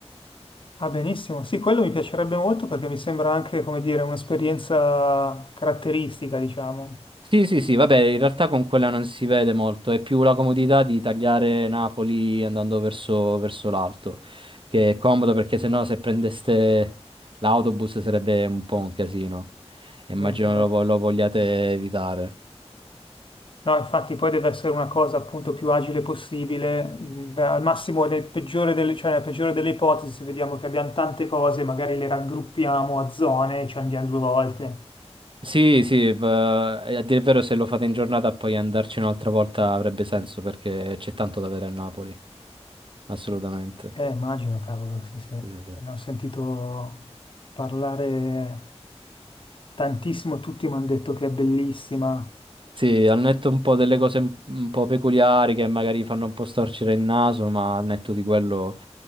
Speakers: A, on the left; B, on the right.
A: Ah, benissimo. Sì, quello mi piacerebbe molto perché mi sembra anche, come dire, un'esperienza caratteristica, diciamo.
B: Sì, sì, sì, vabbè, in realtà con quella non si vede molto, è più la comodità di tagliare Napoli andando verso, verso l'alto, che è comodo perché sennò se prendeste l'autobus sarebbe un po' un casino. Immagino
A: Diventa-
B: lo, vo- lo vogliate evitare.
A: No, infatti poi deve essere una cosa appunto più agile possibile, mm, al massimo nel peggiore delle, cioè nella peggiore delle ipotesi, se vediamo che abbiamo tante cose, magari le raggruppiamo a zone e ci andiamo due volte.
B: Sì, sì, beh, e a dire il vero, se lo fate in giornata poi andarci un'altra volta avrebbe senso perché c'è tanto da vedere a Napoli, assolutamente.
A: Eh, immagino, cavolo, sì, sì. Ne
B: Sì, sì, sì.
A: ho sentito parlare tantissimo, tutti mi hanno detto che è bellissima.
B: Sì, al netto un po' delle cose un un po' peculiari che magari fanno un po' storcere il naso, ma al netto di quello